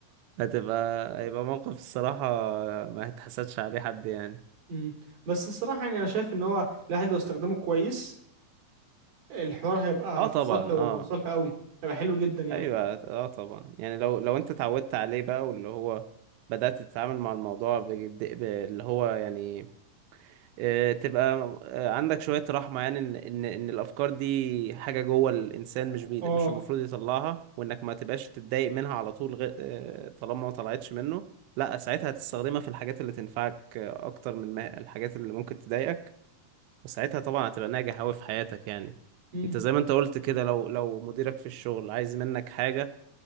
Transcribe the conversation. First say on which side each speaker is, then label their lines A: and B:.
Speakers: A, on the right; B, on the right.
A: هتبقى هيبقى موقف الصراحة ما هتحسدش عليه حد يعني
B: مم. بس الصراحة يعني أنا شايف إن هو الواحد لو استخدمه كويس الحوار هيبقى
A: اه
B: في
A: طبعا
B: صالحه
A: اه
B: في صالحه قوي هيبقى حلو جدا يعني
A: ايوه اه طبعا يعني لو لو انت اتعودت عليه بقى واللي هو بدأت تتعامل مع الموضوع بجد... ب- اللي هو يعني آه، تبقى آه، عندك شوية رحمة يعني إن إن إن الأفكار دي حاجة جوه الإنسان مش بي
B: اه
A: مش المفروض يطلعها وإنك ما تبقاش تتضايق منها على طول غير آه، طالما ما طلعتش منه لا ساعتها هتستخدمها في الحاجات اللي تنفعك آه، أكتر من ما الحاجات اللي ممكن تضايقك وساعتها طبعا هتبقى ناجح أوي في حياتك يعني
B: مم.
A: أنت زي ما أنت قلت كده لو لو مديرك في الشغل عايز منك حاجة